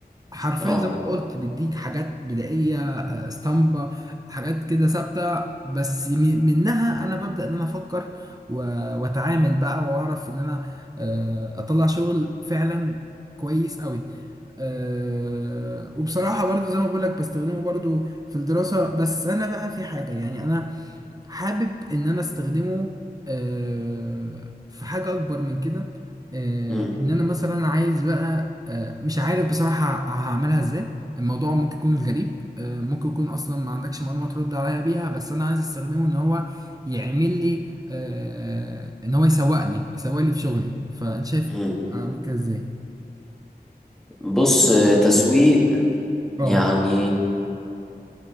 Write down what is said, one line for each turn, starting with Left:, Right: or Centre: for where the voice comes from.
Right: حرفيا
Centre: اه
Right: زي ما انت قلت بيديك حاجات بدائيه آه، اسطمبه حاجات كده ثابته بس م- منها انا ببدا ان انا افكر و- واتعامل بقى واعرف ان انا آه، اطلع شغل فعلا كويس قوي آه، وبصراحه برضو زي ما بقول لك بستخدمه برضو في الدراسه بس انا بقى في حاجه يعني انا حابب ان انا استخدمه آه، في حاجة اكبر من كده آه،
Centre: امم
Right: ان انا مثلا عايز بقى آه، مش عارف بصراحة هعملها ازاي الموضوع ممكن يكون غريب آه، ممكن يكون اصلا ما عندكش معلومة ترد عليا بيها بس انا عايز استخدمه ان هو يعمل لي آه، آه، ان هو يسوق لي يسوق لي في شغلي فانت شايف
Centre: امم
Right: اعمل كده ازاي
Centre: بص آه، تسويق
Right: اه
Centre: يعني